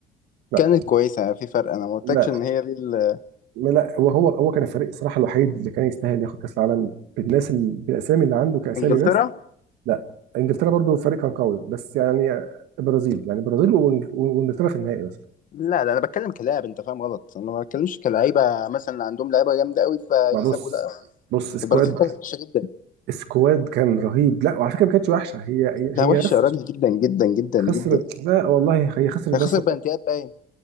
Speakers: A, on the right (about 80°); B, on the left (about 50°).
A: لا
B: كانت كويسه يعني في فرق انا ما قلتكش
A: لا
B: ان هي دي ال-
A: لا هو هو هو كان الفريق الصراحه الوحيد اللي كان يستاهل ياخد كاس العالم بالناس ال- بالاسامي اللي عنده كاسامي
B: انجلترا
A: بس لا انجلترا برضو فريق كان قوي بس يعني البرازيل يعني البرازيل وإنج- وانجلترا في النهائي بس
B: لا لا انا بتكلم كلاعب انت فاهم غلط انا ما بتكلمش كلعيبه مثلا عندهم لعيبه جامده قوي فيكسبوا
A: ما بص
B: لا
A: بص سكواد
B: البرازيل كانت وحشه جدا
A: سكواد كان رهيب لا وعلى فكره ما كانتش وحشه هي هي
B: لا وحشه
A: هي بس
B: يا راجل جدا جدا جدا
A: خسرت
B: جدا
A: لا والله هي خسرت
B: هي
A: بس
B: خسر بنتيات باين